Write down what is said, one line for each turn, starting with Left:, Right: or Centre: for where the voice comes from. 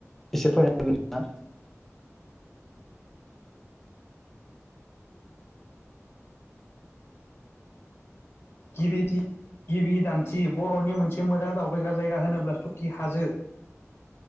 Centre: इसे फोरमाय जागोन ना?
Left: गिबिथि गिबि दान्थि बर'नि मोनसे मोजां दावबायग्रा जायगा होनोब्ला सुकि हाजो